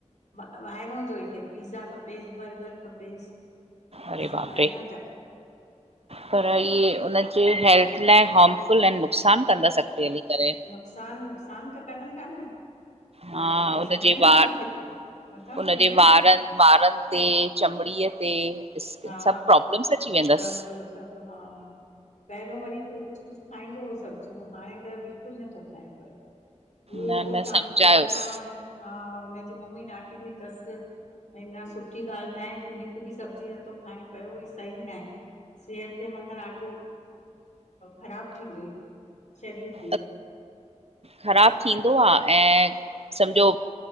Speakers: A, on the left; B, on the right.
A: ॿाहिरों जो इहे पिज़ा खपेसि बर्गर खपेसि
B: अरे
A: बसि
B: बाप
A: इ ॿाहिरां
B: रे
A: जा
B: पर इहे उनजे हेल्थ लाइ हामफुल ऐं नुक़सानु कंदस अघते हली करे
A: नुक़सानु नुक़सान त करनि था न पोइ
B: हा
A: ॿार
B: उनजे
A: सम्झनि
B: वार
A: किथे था नथा
B: उनजे
A: सम्झनि
B: वारनि
A: न
B: वारनि ते चमड़ीअ ते सभु
A: हा
B: प्रॉब्लम्स अची वेंदसि
A: सभु सभु हा पहिरियों वरी तो कुछ कुछ खाईंदो हो, सब्जियूं हाणे त बिल्कुलु नथो खाए पियो। उहोई
B: न
A: रोज़
B: न
A: डांट
B: सम्झायोसि
A: खाराईंदोव न। हा, हुनजी मम्मी डांटीदी तस भई न सुठी ॻाल्हि नाहे, तूं हिकु बि सब्जी नथो खाएं पियो सही नाहे, सेहत जे मथां ॾाढो ख़राबु थींदुइ शरीर तुंजो,
B: त ख़राबु थींदो आ, ऐं सम्झो